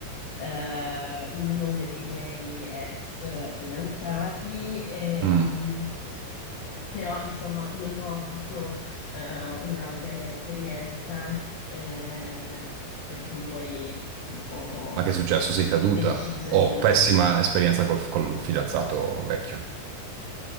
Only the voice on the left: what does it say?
eh, uno dei miei ex fidanzati. ehm,
però insomma non ho avuto eh, una bella esperienza, eh, per cui poi ho
deciso
di non...